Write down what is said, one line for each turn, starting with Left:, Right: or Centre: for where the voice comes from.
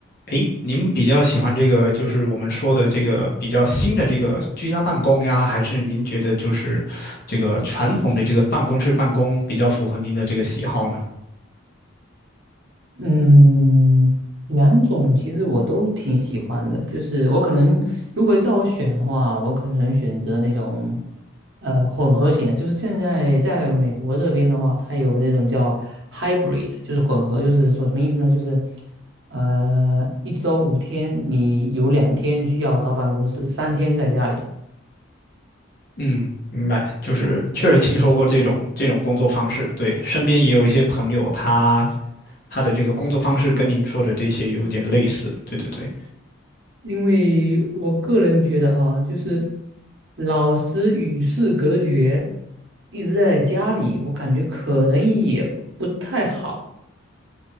Left: 诶，您比较喜欢这个，就是我们说的这个比较新的这个居家办公呀，还是您觉得就是这个传统的这个办公室办公比较符合您的这个喜好呢？
Right: 嗯，两种其实我都挺喜欢的，就是我可能如果叫我选的话，我可能选择那种呃混合型的，就是现在在美国这边的话，它有那种叫 hybrid，就是混合，就是说什么意思呢？就是呃一周五天，你有两天需要到办公室，三天在家里。
Left: 嗯，明白，就是确实听说过这种这种工作方式，对，身边也有一些朋友他，他的这个工作方式跟您说的这些有点类似，对对对，
Right: 因为我个人觉得哈、就是老师与世隔绝，一直在家里，我感觉可能也不太好。